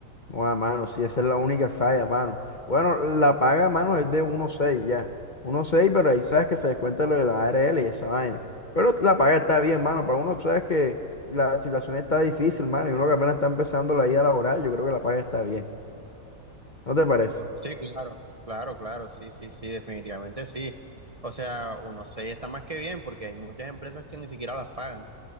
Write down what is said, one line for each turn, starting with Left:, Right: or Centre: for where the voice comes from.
Left: Joda, mano, sí, esa es la única falla, mano. Bueno, la paga, mano, es de 1.6 ya. 1.6, pero ahí sabes que se descuenta lo de la ARL y esa vaina. Pero la paga está bien, mano, para uno sabes que la situación está difícil, mano, y uno que apenas está empezando la vida laboral, yo creo que la paga está bien. ¿No te parece?
Right: Sí, claro, claro, claro, sí, sí, sí, definitivamente sí. O sea, uno se está más que bien porque hay muchas empresas que ni siquiera las pagan.